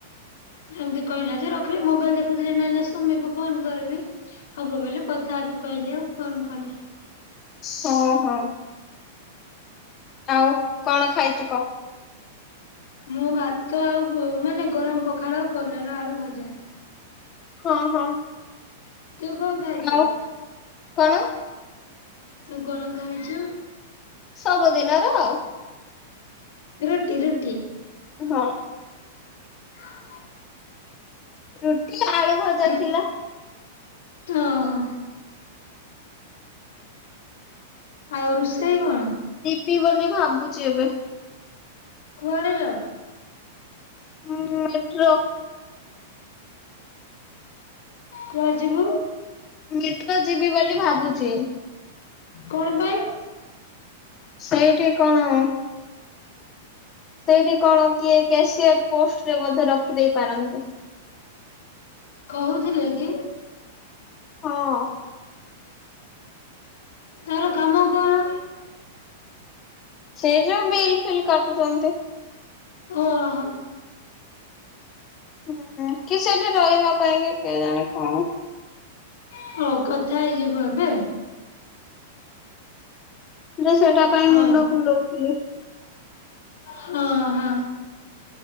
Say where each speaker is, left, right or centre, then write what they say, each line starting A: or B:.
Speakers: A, on the left; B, on the left.
A: ଏମତି କହିଲା ଯେ ରଖିଲି ମୋବାଇଲ ଦେଖୁଥିଲି ନାଇଁ ନାଇଁ ସୁମିକୁ ଫୋନ କରିବି ହବ ବୋଲି କଥା ହେବି କହିଲି ଆଉ ଫୋନ କଲି।
B: ହଁ ହଁ। ଆଉ କଣ ଖାଇଚୁ କ?
A: ମୁଁ ଭାତ ଆଉ ପୁ-ମାନେ ଗରମ ପଖାଳ ଆଉ କଲରା ଆଳୁ ଭଜା।
B: ହଁ ହଁ।
A: ତୁ କଣ ଖାଇଛୁ?
B: ଆଉ କଣ?
A: ତୁ କଣ ଖାଇଛୁ?
B: ସବୁଦିନର ଆଉ।
A: ରୁଟି ରୁଟି।
B: ହଁ
A: <inaudible>
B: ରୁ ଟି ଆଳୁ ଭଜା
A: ରୁ
B: ଥିଲା।
A: ଓହୋ। ଆଉ ରୋଷେଇ କଣ?
B: ବି ବୋଲି ଭାବୁଛି ଏବେ।
A: କୁଆଡ଼େ ଲୋ?
B: ମୁଁ ମେଟ୍ରୋ।
A: କୁଆଡ଼େ ଯିବୁ?
B: ଏମିତି ତ ଯିବି ବୋଲି ଭାବୁ ଚି।
A: କଣ ପାଇଁ?
B: ସେଇଠି କଣ? ସେଇଠି କଣ କିଏ କ୍ୟାସିୟର ପୋଷ୍ଟରେ ବୋଧେ ରଖିଦେଇ ପାରନ୍ତି।
A: କହୁଥିଲେ କି?
B: ହଁ।
A: ତାର କାମ କଣ?
B: ସେ ଯୋଉ ବିଲ୍ ଫିଲ୍ କା ଟୁଚନ୍ତି।
A: ଓହ।
B: ହୁଁ କି ସେଇଟା ରହିବା ପାଇଁ କି କେଜାଣି କଣ?
A: ହଉ କଥା ହେଇଯିବୁ ଏବେ
B: ହଁ ସେଟା ପାଇଁ
A: ହଉ
B: ମୁଣ୍ଡ କୁଣ୍ଡଉଥିଲି।
A: ହଁ ହଁ।